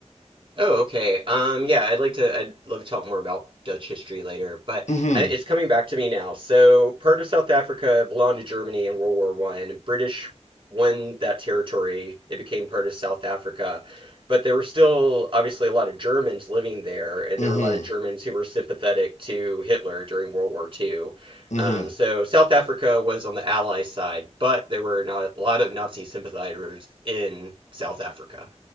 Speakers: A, on the right; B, on the left.
A: Oh, okay. Um, yeah, I'd like to, I'd love to talk more about Dutch history later, but
B: Mm-hmm.
A: I, it's coming back to me now. So, part of South Africa belonged to Germany in World War One. British won that territory. It became part of South Africa, but there were still obviously a lot of Germans living there, and
B: Mm-hmm.
A: there were a lot of Germans who were sympathetic to Hitler during World War Two.
B: Mm-hmm.
A: Um, so, South Africa was on the Allied side, but there were not a lot of Nazi sympathizers in South Africa.